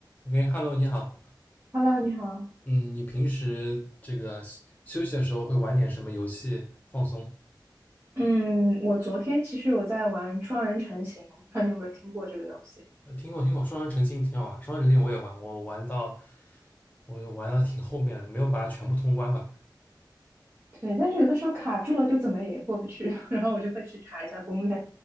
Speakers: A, on the left (about 20°); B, on the right (about 30°).
A: OK，Hello，你好。
B: Hello，你好。
A: 嗯，你平时这个休休息的时候会玩点什么游戏放松？
B: 嗯，我昨天其实有在玩双人成行，我不知道你有没有听过这个游戏。
A: 呃听过听过，双人成行挺好玩。双人成行我也玩，我玩到我玩到挺后面的，没有把它全部通关吧。
B: 对，但是有的时候卡住了就怎么也过不去，<laughs> 然后我就会去查一下攻略。